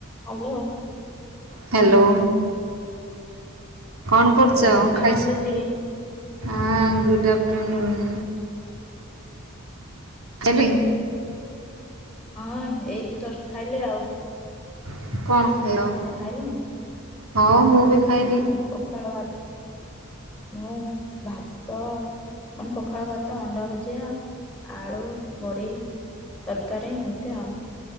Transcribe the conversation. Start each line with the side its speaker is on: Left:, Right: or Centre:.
Centre: Hello.
Right: Hello. କଣ କରୁଚ
Centre: good ଆଫ୍ଟରନୁନ
Right: ଖାଇ
Centre: ଦିଦି
Right: ହାଁ ଗୁଡ଼ ଆଫ୍ଟରର୍ନୁନ୍। ଚିଲ୍ଲୀ
Centre: ହଁ ଏଇତ ଜଷ୍ଟ ଖାଇଲି ଆଉ।
Right: କଣ? ଖାଇଲ
Centre: ତମେ ଖାଇଲୁଣି
Right: ହଁ ମୁଁ ବି ଖାଇଲି
Centre: ହଁ ପଖାଳ ଭାତ ମୁଁ ଭାତ ମାନେ ପଖାଳ ଭାତ ଅଣ୍ଡା ଭଜା ଆଳୁ ବଡ଼ି ତରକାରୀ ଏମିତି ଆଉ।